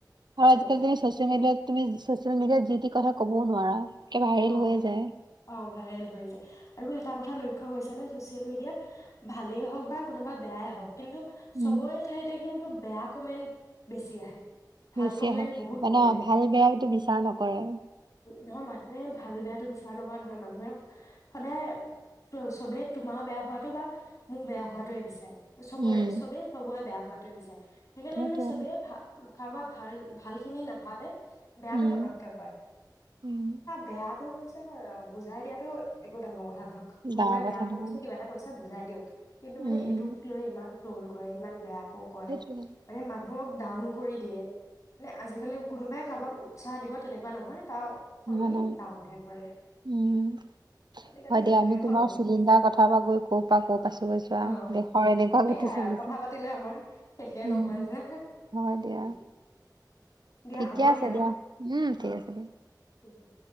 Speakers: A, on the right; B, on the left.
A: আৰু আজিকালি
B: উম।
A: তুমি ছচিয়েল মিডিয়াত তুমি চচিয়েল মিডিয়াত যি তি কথা ক'বও নোৱাৰা একে ভাইৰেল
B: অঁ
A: হৈ যায়
B: অঁ ভাইৰেল হৈ যায় আৰু তাৰ কথা লক্ষ্য কৰিছা নে চচিয়েল মিডিয়াত ভালেই হওক বা কোনোবা বেয়াই হওঁক কিন্তু
A: উম
B: চবৰে ঠাইতে কিন্তু বেয়া কমেণ্ট বেছি আহে ভাল
A: বেছি
B: কমেণ্ট
A: আহে
B: বহুত
A: মানে
B: কম আহে
A: ভাল বেয়াটো বিচাৰ নকৰে
B: ধমমান <unintelligible> মানুহে ভাল বেয়াটো বিচাৰ নকৰে নহয় মানুহে সদায় চবেই তোমাৰও বেয়া হোৱাটো বা মোৰ বেয়া হোৱাটোৱে বিচাৰে চবৰে
A: উম
B: চবে চবৰে বেয়া হোৱাটোৱে বিচাৰে সেইকাৰণে
A: সেইটোৱে
B: মানে চবেই ভাল কাৰোবাৰ ভাল ভালখিনি নাভাবে বেয়াটো
A: উম
B: পতককে কয়
A: উম।
B: বেয়াটো হৈছে বুজাই দিয়াটো একো ডাঙৰ কথা ক কোনোবাই
A: ডাঙৰ কথা
B: বেয়া
A: নহয়,
B: কৰিছে কিবা এটা কৰিছে বুজাই দিয়ক কিন্তু
A: উম
B: মানে সেইটোক
A: উম।
B: লৈ ইমান ৰ'ল ঘৰে ইমান বেয়া কয়
A: সেইটোৱে।
B: মানুহে মানুহক ডাউন কৰি দিয়ে মানে আজিকালি কোনোবাই কাৰোবাক উৎসাহ দিব তেনেকুৱা নহয় তাৰ সলনি
A: ন ন
B: ডাউনহে কৰে
A: উম
B: আজিকালি
A: হয় দিয়া
B: যুগে
A: আমি তোমাৰ
B: সলনি
A: চিলিণ্ডাৰ
B: হৈছে
A: কথা পৰা গৈ ক' পৰা ক'ৰ পাইছো গৈছো
B: অ
A: দেশৰ এনেকুৱা
B: সেয়াই
A: গতি চলিছো
B: আৰু কথা পাতিলে আমাৰ শেষে
A: উম
B: নহয় যে
A: হয় দিয়া
B: উম দিয়া
A: ঠিকে
B: হ'ব
A: আছে
B: ন
A: দিয়া উম
B: অ
A: ঠিক আছে দিয়া
B: উম উম